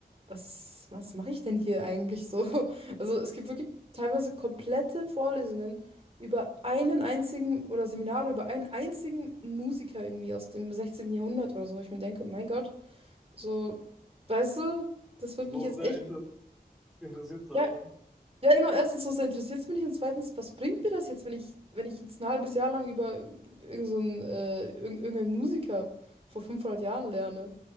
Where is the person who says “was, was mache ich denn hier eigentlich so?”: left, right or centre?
Right